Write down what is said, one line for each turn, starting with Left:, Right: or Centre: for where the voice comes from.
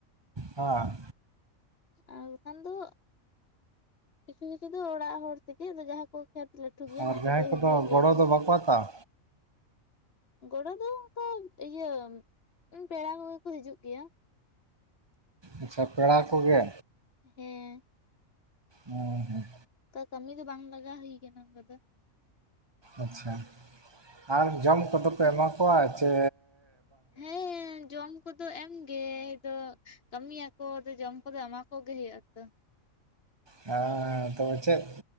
Right: ᱦᱟᱸ᱾
Left: ᱟᱨ ᱵᱟᱠᱷᱟᱱ ᱫᱚ ᱠᱤᱪᱷᱩ ᱠᱤᱪᱷᱩ ᱫᱚ ᱚᱲᱟᱜ ᱦᱚᱲ ᱛᱮᱜᱮ ᱡᱟᱦᱟᱸ ᱠᱚ ᱠᱷᱮᱛ ᱞᱟᱴ ᱴᱩ ᱜᱮᱭᱟ ᱚᱱᱟ
Right: ᱟᱨ ᱡᱟᱦᱟᱸᱭ
Left: ᱠᱚᱫᱚ ᱦᱤᱡᱩᱜ ᱜᱮᱭᱟ
Right: ᱜᱚᱲᱚ
Left: ᱠᱚ᱾
Right: ᱫᱚ ᱵᱟᱠᱚ ᱦᱟᱛᱟᱣᱟ?
Left: ᱜᱚᱲᱚ ᱫᱚ ᱚᱝᱠᱟ ᱤᱭᱟᱹ ᱯᱮᱲᱟ ᱠᱚᱜᱮ ᱠᱚ ᱦᱤᱡᱩᱜ ᱜᱮᱭᱟ᱾
Right: ᱟᱪᱪᱷᱟ ᱯᱮᱲᱟ ᱠᱚᱜᱮ?
Left: ᱦᱮᱸ᱾
Right: ᱚ, ᱦᱮᱸ᱾
Left: ᱛᱚ ᱠᱟᱹᱢᱤ ᱫᱚ ᱵᱟᱝ ᱞᱟᱜᱟ ᱦᱩᱭ ᱠᱟᱱᱟ ᱚᱝᱠᱟ ᱫᱚ᱾
Right: ᱟᱪᱪᱷᱟ, ᱟᱨ ᱡᱚᱢ ᱠᱚᱫᱚ ᱯᱮ ᱮᱢᱟ ᱠᱚᱣᱟ ᱪᱮᱻ
Left: ᱦᱮᱸᱻ ᱡᱚᱢ ᱠᱚᱫᱚ ᱮᱢᱜᱮ, ᱟᱫᱚ ᱠᱟᱹᱢᱤᱭᱟᱠᱚ ᱟᱫᱚ ᱡᱚᱢ ᱠᱚᱫᱚ ᱮᱢᱟ ᱠᱚᱜᱮ ᱦᱩᱭᱩᱜ-ᱟ ᱛᱚ᱾
Right: ᱦᱮᱸ, ᱛᱚᱵᱮ ᱪᱮᱫ,